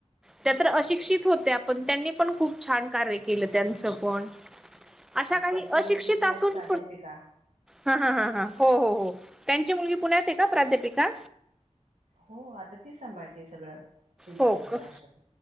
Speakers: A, in the centre; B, on the right (about 70°).
A: त्या तर अशिक्षित
B: येस येस
A: होत्या. पण त्यांनी पण खूप छान कार्य केलं त्यां को
B: आज
A: अशा काही
B: त्यांची मुलगी
A: अशिक्षित
B: पुण्यात
A: असून
B: प्राध्यापिका
A: हा हा ह ह हो हो हो त्यांची मुलगी पुण्यात आहे का प्राध्यापिका.
B: हो आता तीच सांभाळते सगळं सिंधुताईचा
A: हो का
B: आश्रम.